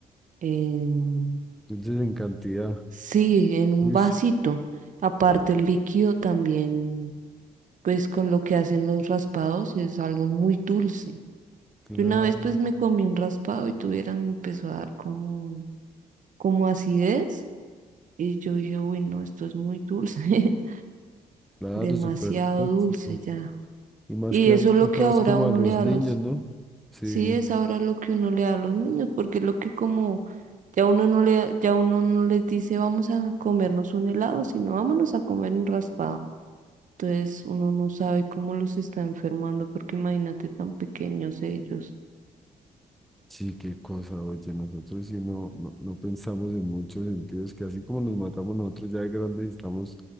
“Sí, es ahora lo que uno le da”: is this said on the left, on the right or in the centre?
Right